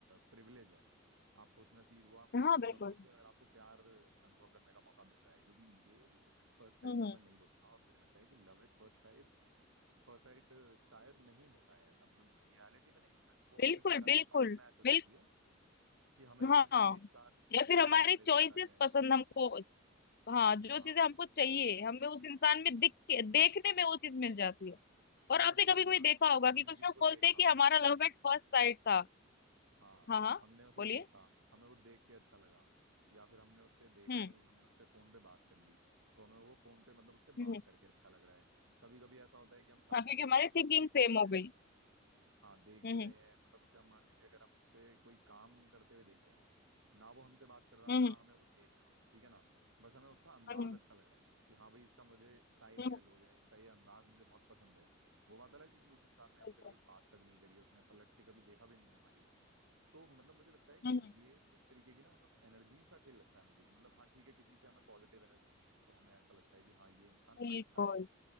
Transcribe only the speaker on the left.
हाँ बिल्कुल
हम्म
हम्म,
बिल्कुल
बिल्कुल
बिल्कुल
हाँ
या
फिर हमारे
चॉइसेस
पसंद हमको हाँ जो
चीजें हमको चाहिए हमें उस इंसान में दिख के देखने में वो चीज मिल जाती है और
आपने
कभी कभी
देखा होगा
कि कुछ
लोग
बोलते
हैं कि हमारा लव एट फर्स्ट साइट था
हाँ हाँ
बोलिए
हम्म
हम्म
हम्म।
हाँ क्योंकि
हमारी
थिंकिंग
सेम
हो
गई
हम्म
हम्म
हम्म हम्म
हम्म
हम्म,
हम्म,
हम्म,
बिल्कुल